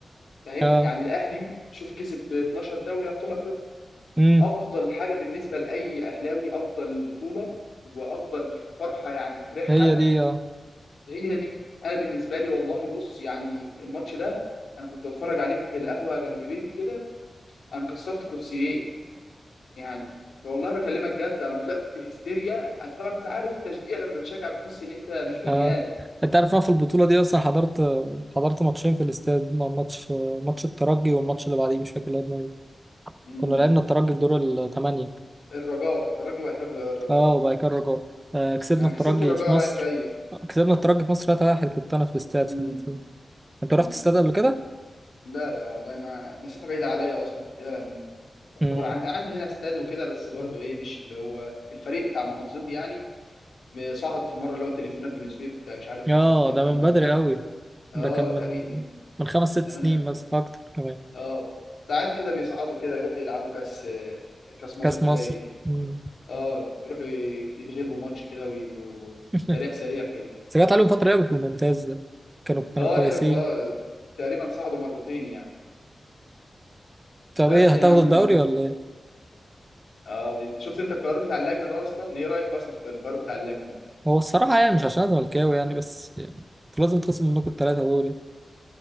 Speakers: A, on the left; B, on the right.
A: فاهم
B: اه
A: يعني الاهلي شوف كسب 12 دوري ابطال افريقيا
B: امم
A: افضل حاجه بالنسبه لاي اهلاوي افضل بطوله وافضل فرحه يعني فرحها
B: هي دي اه
A: هي دي انا بالنسبه لي والله بص يعني الماتش ده انا كنت بتفرج عليه في القهوه جنب بيتي كده انا كسرت كرسيين يعني والله بكلمك جد انا طلعت هستيريا أنت طبعا انت عارف التشجيع لما بتشجع بتحس ان انت مش بني
B: آه.
A: ادم
B: انت عارف أنا في البطولة دي اصلا حضرت حضرت ماتشين في الاستاد م- ماتش ماتش الترجي والماتش اللي بعديه مش فاكر لعبنا مين
A: مم.
B: كنا لعبنا الترجي في دور الثمانية
A: الرجاء الترجي وعتاد الرجاء
B: اه وبعد كده الرجاء آه كسبنا
A: انا
B: الترجي
A: كسبت الرجاء
B: في مصر
A: رايح جاي
B: كسبنا الترجي في مصر 3-1 كنت انا في الاستاد
A: مم.
B: في الماتش. انت
A: مم.
B: رحت الاستاد قبل كده؟
A: لا لا والله ما مسافة بعيدة عليا أصلا وكده لأن يعتبر
B: امم
A: عندي عندي هنا استاد وكده بس برضه إيه مش اللي هو الفريق بتاع محافظتي يعني صعد في مرة اللي هو تليفونات بني سويف بتاع- مش عارف
B: اه
A: أنت سمعت
B: ده
A: عنه
B: من بدري
A: ولا لأ
B: قوي
A: أه
B: ده كان من
A: فريق من
B: من خمس ست
A: من زمان
B: سنين
A: أوي
B: مثلا اكتر كمان
A: أه ساعات كده بيصعدوا كده يروحوا يلعبوا كأس كأس مصر
B: كاس
A: كده
B: مصر
A: ي...
B: مم.
A: أه يروحوا ي- يتغلبوا ماتش كده ويبقوا
B: <laughs>
A: تاريخ سريع كده
B: بس جت عليهم فترة لعبوا في الممتاز ده كانوا كانوا
A: أه
B: كويسين
A: لعبوا أه تقريبا صعدوا مرتين يعني
B: طب
A: بس
B: ايه هتاخدوا
A: يا عم
B: الدوري
A: والله
B: ولا ايه؟
A: اه بيز- شفت انت القرار بتاع اللجنه ده اصلا ايه رايك اصلا في القرار بتاع اللجنه ده
B: هو الصراحة يعني مش عشان أنا زملكاوي يعني بس يعني انتوا لازم تخصم منكم التلاتة دوري